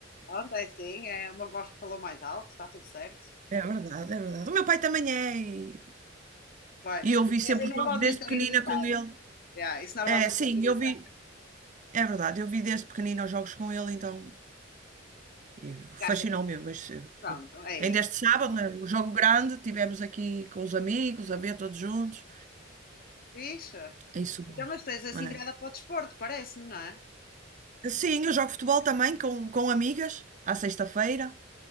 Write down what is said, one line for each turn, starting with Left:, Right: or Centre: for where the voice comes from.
Left: Pronto, é assim, é uma voz que falou mais alto, está tudo certo.
Right: É verdade, é verdade. O meu pai também é, e,
Left: Pois,
Right: e eu
Left: é,
Right: vi sempre
Left: é normalmente
Right: os jogos desde pequenina
Left: a hereditário.
Right: com ele.
Left: Yeah, isso normalmente
Right: É, sim,
Left: é hereditário.
Right: eu vi, é verdade, eu vi desde pequenina os jogos com ele, então E fascinou-me
Left: Gasta tipo,
Right: este, este
Left: pronto,
Right: tempo.
Left: é
Right: Ainda
Left: isso.
Right: este sábado, né, o jogo grande, tivemos aqui com os amigos, a ver todos juntos.
Left: Fixe.
Right: É isso. bom.
Left: Então, mas tens assim
Right: É.
Left: virada para o desporto, parece-me, não é?
Right: Sim, eu jogo futebol também com, com amigas, à sexta-feira.